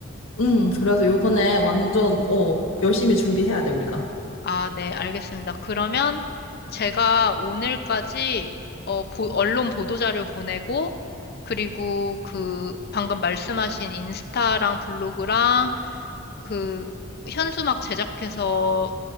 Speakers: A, on the left; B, on the left.
A: 음, 그래서 요번에 완전, 어, 열심히 준비해야 돼, 우리가.
B: 아, 네, 알겠습니다. 그러면 제가 오늘까지 어, 보- 언론 보도자료 보내고 그리고 그 방금 말씀하신 인스타랑 블로그랑 그 현수막 제작해서